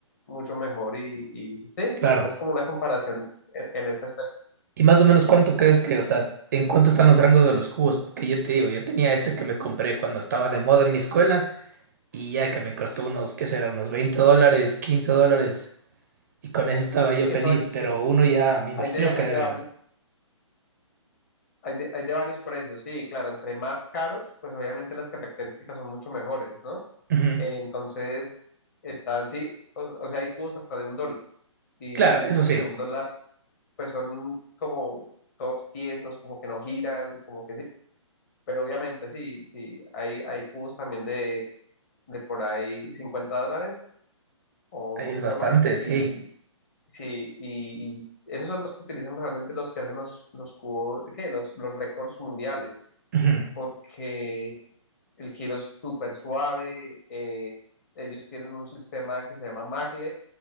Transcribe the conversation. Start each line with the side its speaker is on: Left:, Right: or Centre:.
Left: mucho mejor y, y sí,
Right: claro.
Left: o sea, es como una comparación en, en este aspecto.
Right: ¿Y más o menos cuánto crees que, o sea, en cuánto están los rangos de los cubos? Porque yo te digo, yo tenía ese que me compré cuando estaba de moda en mi escuela y ya que me costó unos, ¿qué será? Unos 20 dólares, 15 dólares. Y con eso estaba yo
Left: Sí,
Right: feliz,
Left: eso hay,
Right: pero uno ya, me imagino
Left: hay de,
Right: que
Left: hay
Right: deben.
Left: de varios, hay de, hay de varios precios, sí, claro, entre más caros, pues obviamente las características son mucho mejores, ¿no?
Right: Ujú.
Left: Eh, entonces, están, sí, o, o sea, hay cubos hasta de un dólar y,
Right: Claro,
Left: y esos
Right: eso sí,
Left: de un dólar, pues son como todos tiesos, como que no giran, como que Pero obviamente sí, sí, hay, hay cubos también de, de por ahí 50 dólares o
Right: ahí
Left: un poquito
Right: es bastante,
Left: más.
Right: sí.
Left: Y sí, y, y esos son los que utilizan realmente los que hacen los, los cubos, ¿qué? Los, los récords mundiales,
Right: Ujú.
Left: porque el giro es súper suave. eh, ellos tienen un sistema que se llama Maglev